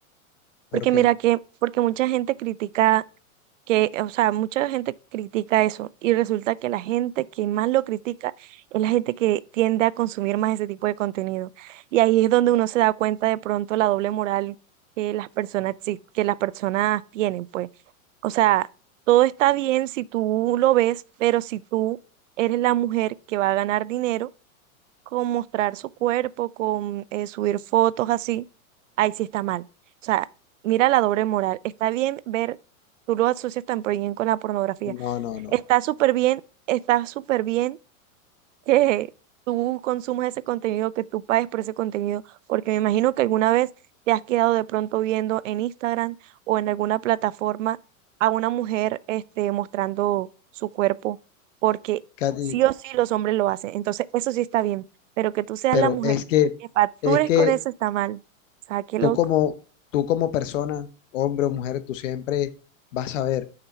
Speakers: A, on the left; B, on the right.
A: ¿Por
B: Porque
A: qué?
B: mira que, porque mucha gente critica que, o sea, mucha gente critica eso y resulta que la gente que más lo critica es la gente que tiende a consumir más ese tipo de contenido. Y ahí es donde uno se da cuenta de pronto la doble moral que las personas, exi- que las personas tienen, pues. O sea, todo está bien si tú lo ves, pero si tú eres la mujer que va a ganar dinero, con mostrar su cuerpo, con eh, subir fotos así, ahí sí está mal. O sea, mira la doble moral. Está bien ver, tú lo asocias tan bien con la pornografía.
A: No, no, no.
B: Está súper bien, está súper bien que tú consumas ese contenido, que tú pagues por ese contenido, porque me imagino que alguna vez te has quedado de pronto viendo en Instagram o en alguna plataforma a una mujer este, mostrando su cuerpo, porque
A: Katy,
B: sí o sí los hombres lo hacen. Entonces, eso sí está bien, pero que tú seas
A: pero
B: la mujer
A: es que,
B: que factures
A: es que
B: con eso está mal. O sea, qué
A: Tú
B: loco.
A: como, tú como persona, hombre o mujer, tú siempre vas a ver.